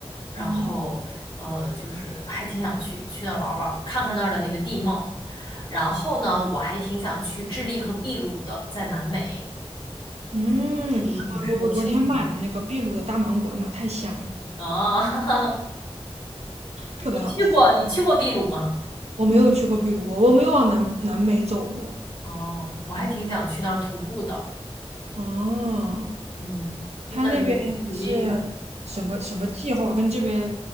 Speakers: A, on the left; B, on the right.
A: 然后呃，
B: 嗯，
A: 就是还挺想去去那儿玩儿玩儿看看那儿的那个地貌。然后呢，我还挺想去智利和秘鲁的，在南美，
B: 嗯，
A: 那个可能适合秋天
B: 我我我昨天买了那个秘鲁的大芒果，妈太香了，
A: 啊。<laughs> 你去过你去过秘鲁吗？
B: 特别好吃。我没有去过秘鲁，我没有往南南美走过。
A: 哦，我还挺想去那儿徒步的，
B: 哦，
A: 嗯，那儿有点就是有点远。
B: 它那边是什么什么气候啊？跟这边